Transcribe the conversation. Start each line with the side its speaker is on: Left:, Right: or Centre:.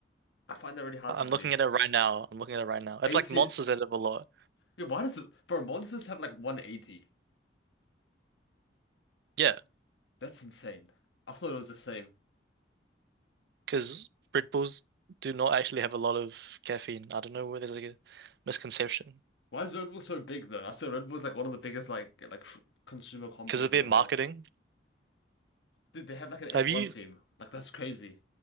Left: I find that really hard
Right: I'm
Left: to believe.
Right: looking at it right now. I'm looking at it right now. It's
Left: 80.
Right: like Monsters that have a lot.
Left: Yeah, why does it... bro Monsters have like 180?
Right: Yeah,
Left: That's insane. I thought it was the same.
Right: because Red Bulls do not actually have a lot of caffeine. I don't know where there's like a misconception
Left: Why is Red Bull so big though? I saw Red Bull is like one of the biggest like like f- consumer companies
Right: because of
Left: in
Right: their
Left: the
Right: marketing.
Left: world. Dude, they have like an F1
Right: Have you
Left: team. Like that's crazy.